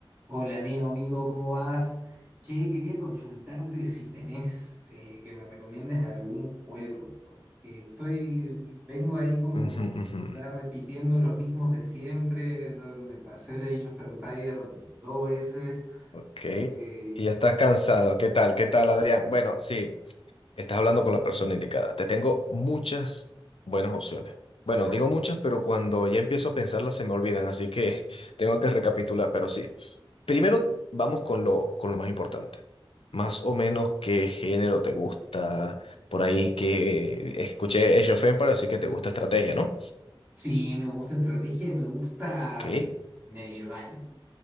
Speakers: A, on the right; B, on the left.
A: Hola, amigo, amigo, ¿cómo vas? Che, quería consultarte si tenés eh, que me recomiendes algún juego, porque estoy, vengo ahí como
B: Ujú, ujú.
A: ya repitiendo los mismos de siempre, ya me pasé el Age of Empire dos veces.
B: Ok.
A: eh,
B: Y ya estás cansado. ¿Qué tal? ¿Qué tal, Adrián? Bueno, sí, Estás hablando con la persona indicada. Te tengo muchas buenas opciones. Bueno,
A: vamos,
B: digo muchas, pero cuando ya empiezo a pensarlas se me olvidan, así que <laughs> tengo que recapitular, pero sí. Primero vamos con lo, con lo más importante. Más o menos qué género te gusta. Por ahí que escuché Age of Empires, así que te gusta estrategia, ¿no?
A: sí, me gusta estrategia y me gusta
B: Ok.
A: medieval.